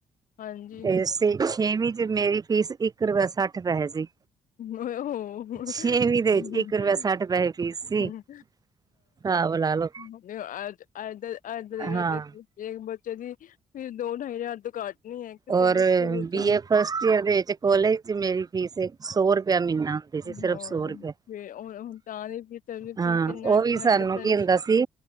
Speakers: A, on the left; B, on the right.
A: ਹਾਂਜੀ
B: ਤੇ ਛੇਵੀ ਚ ਮੇਰੀ ਫੀਸ ਇੱਕ ਰੁਪਇਆ ਸੱਠ ਪਹੈ ਸੀ
A: ਉਹ ਹੋ
B: ਛੇਵੀਂ ਦੇ ਵਿੱਚ
A: ਹਾਂ।
B: ਇੱਕ ਰੁਪਇਆ ਸੱਠ ਪੈਸੇ ਫੀਸ ਸੀ ਹਿਸਾਬ ਲਾ ਲਓ
A: ਅ ਅ ਅੱਜ ਅੱਜ ਦੇ
B: ਹਾਂ
A: ਦੇਖਲੋ ਜ ਜੇ ਬੱਚੇ- ਦੀ ਫਿਰ ਦੋ ਢਾਈ ਹਜ਼ਾਰ ਤੋ ਘੱਟ ਨੀ ਹੈ ਕਿਸੇ
B: ਔਰ
A: ਵੀ ਸਕੂਲ ਵਿੱਚ
B: ਬੀ
A: ਜਾਓ
B: ਏ ਫਸਟ ਈਅਰ ਦੇ ਵਿੱਚ ਕੋਲਜ ਚ ਮੇਰੀ ਫੀਸ ਇਕ ਸੌ ਰੁਪਇਆ ਮਹੀਨਾ ਸੀ ਸਿਰਫ
A: ਹਾਂ
B: ਸੌ ਰੁਪਏ
A: ਫਿਰ ਹੁਣ ਤਾਂ ਨਹੀਂ ਵੀ ਤੈਨੂੰ ਕਿੰਨ-
B: ਹਾਂ
A: ਕਿੰਨਾ
B: ਉਹ ਵੀ
A: ਕਿੰਨਾ
B: ਸਾਨੂੰ
A: ਡਿਫਰੈਂਸ
B: ਕੀ ਹੁੰਦਾ ਸੀ।